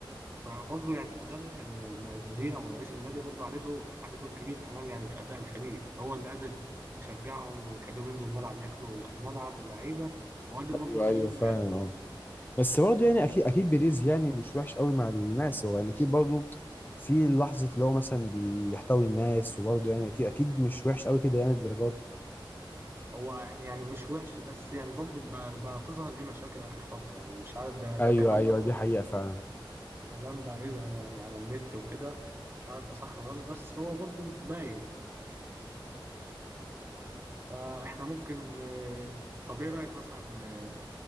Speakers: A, on the right (about 25°); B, on the left (about 20°).
A: فبرضه يعني المدرب الم- المدير او رئيس النادي برضه عليه دور عليه دور كبير كمان يعني في اداء الفريق هو اللي قادر يشجعهم ويخليهم ينزلوا الملعب ياكلوا الملعب واللعيبة وقادر برضه
B: ايوه
A: يخليهم
B: ايوه فعلا
A: ما يأدوش
B: اه بس برضه يعني اكيد اكيد بيريز يعني مش وحش قوي مع الناس هو يعني اكيد برضه في لحظه اللي هو مثلا بيحتوي الناس وبرضه يعني اكيد اكيد مش وحش قوي كده يعني الدرجات دي
A: هو يعني مش وحش بس يعني برضو ب- بقى تظهر ليه مشاكل آخر فترة يعني مش عارف ده ده
B: ايوه
A: كلام
B: ايوه
A: برضو
B: دي حقيقه فعلا
A: كلام بقى يظهر يعني على النت وكده مش عارف ده صح ولا غلط بس هو برضو باين فإحنا ممكن آه، طب إيه رأيك مثلا آه،